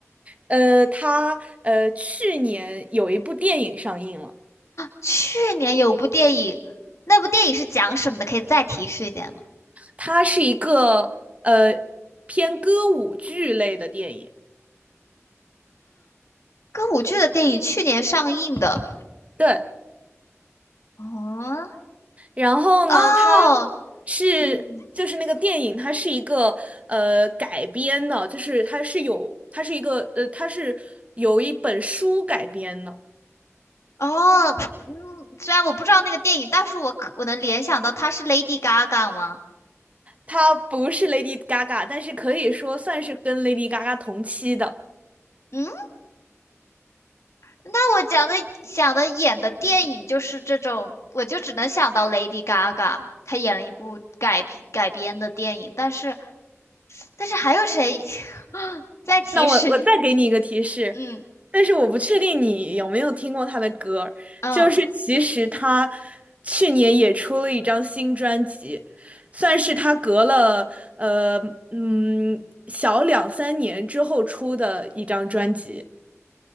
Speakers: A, on the right; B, on the left.
A: 呃，他呃，去年有一部电影上映了，
B: 去年有部电影，那部电影是讲什么的？可以再提示一点吗？
A: 它是一个呃偏歌舞剧类的电影，
B: 歌舞剧的电影去年上映的。
A: 对，
B: 哦
A: 然后呢，
B: 哦，
A: 它是就是那个电影，
B: 嗯
A: 它是一个呃改编的，就是它是有它是一个呃它是有一本书改编的，
B: 哦嗯，虽然我不知道那个电影，但是我可我能联想到它是 Lady Gaga 吗？
A: 它不是 Lady Gaga，但是可以说算是跟 Lady Gaga 同期的。
B: 嗯，那我讲的想的演的电影就是这种，我就只能想到 Lady Gaga，她演了一部改改编的电影，但是但是还有谁？<gasps> <sucks teeth> 再提示，
A: 那我我再给你一个提示，
B: 嗯
A: 但是我不确定你有没有听过他的歌儿就是其实他
B: 嗯。
A: 去年也出了一张新专辑，算是他隔了呃嗯小两三年之后出的一张专辑。